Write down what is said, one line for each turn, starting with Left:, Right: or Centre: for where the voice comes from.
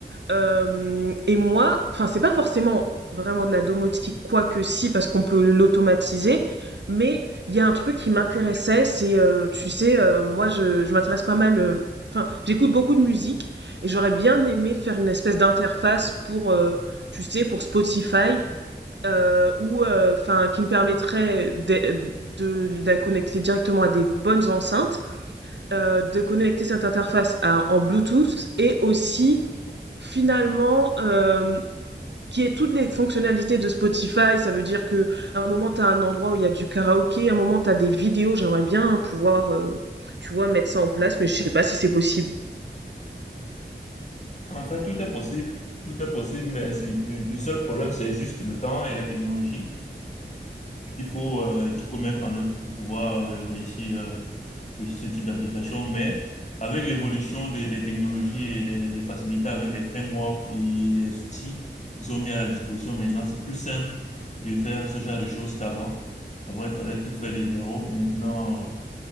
Right: Euh, et moi, enfin, c'est pas forcément vraiment de la domotique, quoique si, parce qu'on peut l'automatiser, mais il y a un truc qui m'intéressait, c'est, euh, tu sais, euh, moi, je, je m'intéresse pas mal, euh, enfin, j'écoute beaucoup de musique, et j'aurais bien aimé faire une espèce d'interface pour, euh, tu sais, pour Spotify, euh, ou,
Left: Ouais.
Right: enfin, qui me permettrait de, de la connecter directement à des bonnes enceintes, euh, de connecter cette interface à- en Bluetooth et aussi finalement euh, qui est toutes les fonctionnalités de Spotify. Ça veut dire que à un moment, tu as un endroit où il y a du karaoké, à un moment, tu as des vidéos. J'aimerais bien pouvoir, euh, tu vois, mettre ça en place, mais je sais pas si c'est possible.
Left: En fait, tout est possible, tout est possible, mais c'est- le, le seul problème, c'est juste le temps et la technologie. qu'il faut, euh, qu'il faut mettre en œuvre pour pouvoir euh, réussir, euh, réussir ce type d'application. Mais avec l'évolution des, des technologies et des, des facilités avec les frameworks et les outils, ils ont mis à la disposition maintenant, c'est plus simple de faire ce genre de choses qu'avant. Avant, il fallait tout faire de zéro. Maintenant,